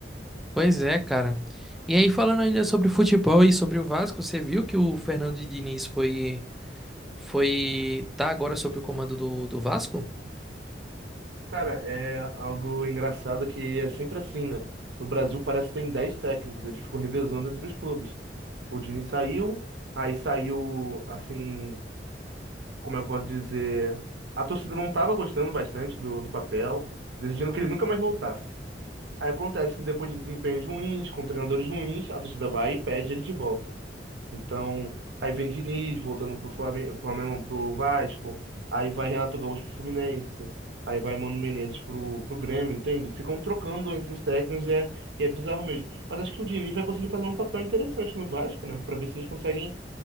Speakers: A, in the centre; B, on the right.
A: Pois é, cara. E aí, falando ainda sobre futebol e sobre o Vasco, você viu que o Fernando Diniz foi, foi, tá agora sob o comando do, do Vasco?
B: Cara, é algo engraçado que é sempre assim, né? No Brasil parece que tem 10 técnicos, eles ficam revezando entre os clubes. O Diniz saiu, aí saiu, assim. como é que eu posso dizer? A torcida não estava gostando bastante do, do papel, decidindo que ele nunca mais voltasse. Aí acontece que depois de desempenhos ruins, com treinadores ruins, a torcida vai e pede ele de volta. Então, aí vem Diniz voltando pro Flamengo, pro Flamengo, não, pro Vasco, aí vai Renato Gaúcho pro Fluminense, aí vai Mano Menezes pro, pro Grêmio, entende? Ficam trocando entre os técnicos e é, e é bizarro mesmo. Mas acho que o Diniz vai conseguir fazer um papel interessante no Vasco, né? Pra ver se eles conseguem